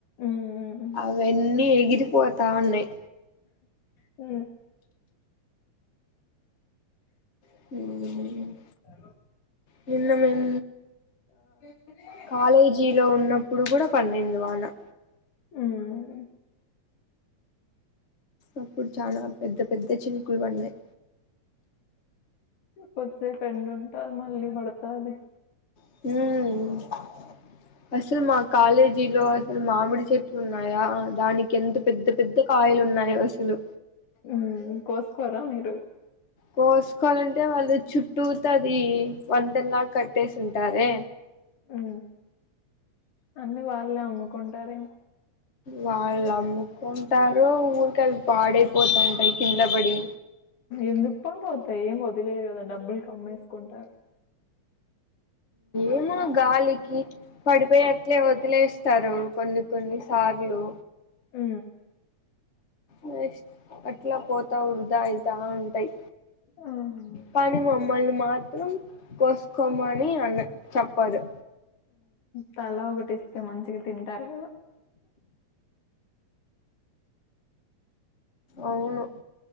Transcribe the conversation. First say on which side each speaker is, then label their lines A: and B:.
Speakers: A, on the left (about 90°); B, on the left (about 40°).
A: ఉమ్
B: అవన్నీ ఎగిరిపోతా ఉన్నాయి
A: ఆ
B: ఆ
A: అ
B: నీన్న మేం
A: వ
B: కాలేజీలో ఉన్నప్పుడు కూడా పడింది వాన
A: ఉమ్
B: అప్పుడు చానా పెద్ద పెద్ద చిరుకులు పన్నాయి
A: కొద్దిసేపు ఎండు ఉంటాది మళ్ళీ పడతది
B: హ అసలు మా కాలేజీలో అసలు మామిడి చెట్లు ఉన్నాయా దానికి ఎంత పెద్ద పెద్ద కాయలు ఉన్నాయో అసలు
A: ఉ కోసుకోరా మీరు
B: కోసుకోవాలంటే వాళ్ళు చుట్టూత అది వంతేన్లాగా కట్టేసింటారే
A: ఉ అన్నీ వాళ్ళే అమ్ముకుంటారే
B: వాళ్ళు అమ్ముకుంటారు ఊరికవి పాడైపోతంటాయి కింద పడి
A: ఎందుకు పాడు వతాయి ఏం వదిలేదు కదా డబ్బులు కమ్మేసుకుంటారు
B: ఏమో గాలికి పడిపోయి అట్లే వదిలేస్తారు కొన్ని కొన్ని సార్లు
A: ఉ
B: నెక్ట్ అట్లా పోతా వృదా అయితా ఉంటాయి
A: ఆహ
B: కాని మమ్మల్ని మాత్రం కోసుకోమని అనరూ చెప్పరు
A: తల ఒకటి ఇస్తే మంచిగా తింటారు కదా
B: అవును